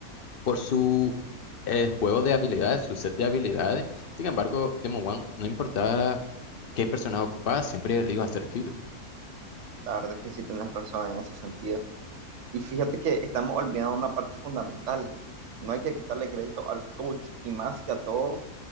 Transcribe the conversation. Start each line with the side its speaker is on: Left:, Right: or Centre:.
Left: por su eh, juego de habilidades, su set de habilidades. Sin embargo, Demon One no importaba qué personaje ocupaba, siempre le iba a hacer kill.
Right: La verdad es que sí tenés razón en ese sentido. Y fíjate que estamos olvidando una parte fundamental. No hay que quitarle crédito a los coaches y más que a todo